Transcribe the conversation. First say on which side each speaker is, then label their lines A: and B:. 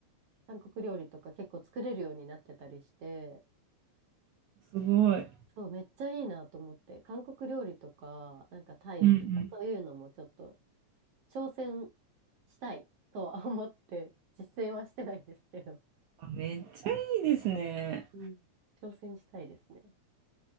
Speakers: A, on the right; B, on the right.
A: 韓国料理とか結構作れるようになってたりして、
B: すごい。
A: そう、めっちゃいいなと思って、韓国料理とか、なんかタイとか、
B: うんうん。
A: そういうのもちょっと挑戦したいとは思って、実践はしてないんですけど、
B: あ、めっちゃいいですね。
A: うん、挑戦したいですね。